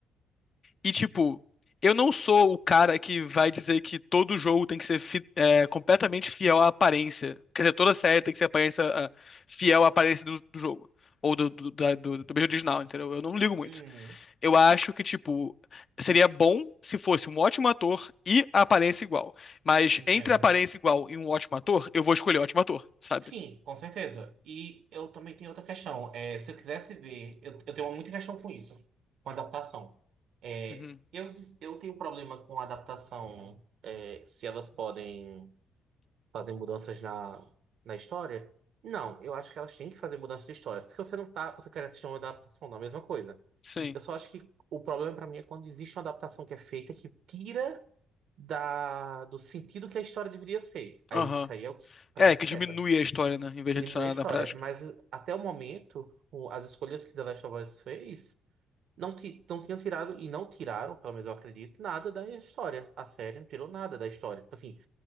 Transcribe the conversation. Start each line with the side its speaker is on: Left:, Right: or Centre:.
Left: E, tipo, eu não sou o cara que vai dizer que todo jogo tem que ser fi- é, completamente fiel à aparência. Quer dizer, toda série tem que ser aparência, ah, fiel à aparência do, do jogo. Ou do, do, da- do, do mesmo original, entendeu? Eu não ligo muito.
Right: Uhum,
Left: Eu acho que, tipo, seria bom se fosse um ótimo ator e a aparência igual. Mas
Right: entendo.
Left: entre a aparência igual e um ótimo ator, eu vou escolher o ótimo ator, sabe?
Right: Sim, com certeza. E eu também tenho outra questão. É, se eu quisesse ver, eu, eu tenho muita questão com isso, com adaptação. É,
Left: Uhum.
Right: eu, dis- eu tenho problema com adaptação, é, se elas podem fazer mudanças na, na história. Não, eu acho que elas têm que fazer mudanças de histórias, porque você não tá, você quer assistir uma adaptação da mesma coisa.
Left: Sim.
Right: Eu só acho que o problema para mim é quando existe uma adaptação que é feita que tira da, do sentido que a história deveria ser. Aí
Left: Aham.
Right: isso aí é o que para
Left: É,
Right: mim
Left: que
Right: quebra
Left: diminui a história, né? Em vez
Right: que
Left: de
Right: diminui
Left: adicionar
Right: a história.
Left: na prática.
Right: Mas até o momento, o- as escolhas que The Last of Us fez não, ti- não tinham tirado, e não tiraram, pelo menos eu acredito, nada da história. A série não tirou nada da história. Tipo assim,